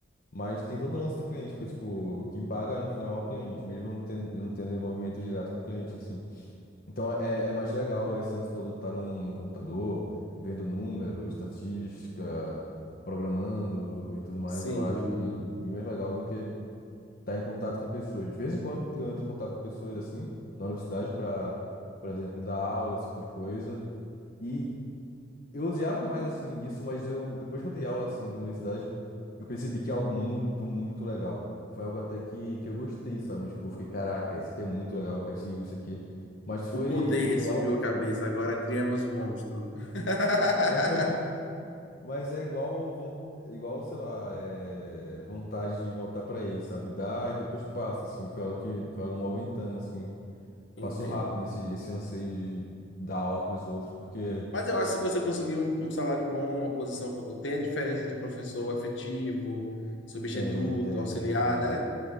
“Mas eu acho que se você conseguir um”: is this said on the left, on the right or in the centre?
Left